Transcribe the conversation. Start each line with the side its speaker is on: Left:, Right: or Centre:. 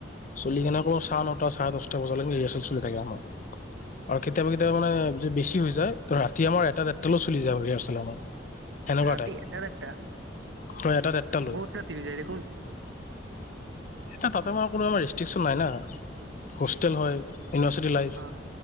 Left: চলি কেনে আকৌ চাহ নটা চাৰে দহটা বজালৈকে ৰিহাৰ্চেল চলি থাকে আমাৰ। আৰু কেতিয়াবা কেতিয়াবা মানে যদি বেছি হৈ যায়। ত ৰাতি আমাৰ এটা ডেটালও চলি যায় ৰিহাৰ্চেল আমাৰ। সেনেকোৱা
Right: ৰাতি
Left: টাইপ।
Right: এটা দেৰটা
Left: তই এটা দেৰটা লৈ।
Right: বহুত ৰাতি হৈ যায় দেখোন
Left: এতিয়া তাতে মই কোনো আমাৰ ৰেষ্ট্ৰিকচন নাই না হোষ্টেল হয়। University live.
Right: অ